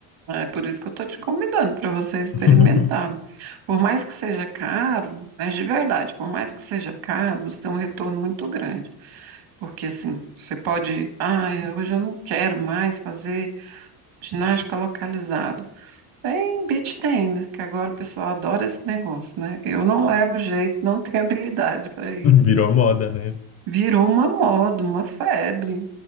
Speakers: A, on the right; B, on the left.
A: É por isso que eu estou te convidando para você experimentar.
B: <laughs>
A: Por mais que seja caro, mas de verdade, por mais que seja caro, você tem um retorno muito grande. Porque assim, você pode, ah, hoje eu não quero mais fazer Ginástica localizada. Tem beach tênis, que agora o pessoal adora esse negócio, né? Eu não levo jeito, não <laughs> tenho habilidade para isso.
B: Virou moda, né?
A: Virou uma moda, uma febre,